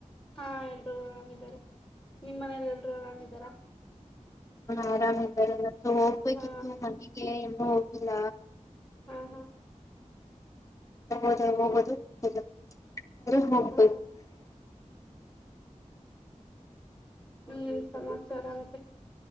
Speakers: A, in the centre; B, on the left (about 25°).
A: ಹಾ ಎಲ್ರು ಆರಾಮ್ ಇದ್ದಾರೆ ನಿಮ್ಮ್ ಮನೇಲಿ ಎಲ್ರು ಆರಾಮಿದಾರ.
B: ಹ ಆರಾಮ್ ಇದ್ದಾರೆ ಮತ್ತ ಹೋಗ್ಬೇಕಿತ್ತು
A: ಹಾ
B: ಮನೆಗೆ ಇನ್ನೂ ಹೋಗಿಲ್ಲ.
A: ಹ್ಮ್ ಹ್ಮ್.
B: <unintelligible>
A: ಹಾ ಏನ್ ಸಮಾಚಾರ ಮತ್ತೆ,